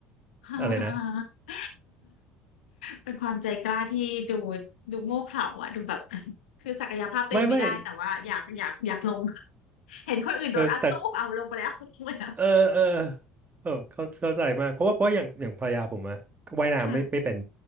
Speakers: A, on the left; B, on the right.
A: <laughs>
B: อะไรนะ
A: เป็นความใจกล้าที่ดูดูโง่เขลาอ่ะดูแบบคือศักยภาพตัวเองไม่ได้แต่ว่าอยากอยากอยากลง
B: ไม่ไม่
A: เห็นคนอื่นโดดอ่ะตู้มเอาลงไปแล้ว
B: เออแต่
A: <laughs> ลงไปแล้ว
B: เออเออเออเข้าเข้าใจมากเพราะว่าเพราะอย่างอย่างภรรยาผมอะว่ายน้ำไม่ไม่เป็น
A: ค่ะ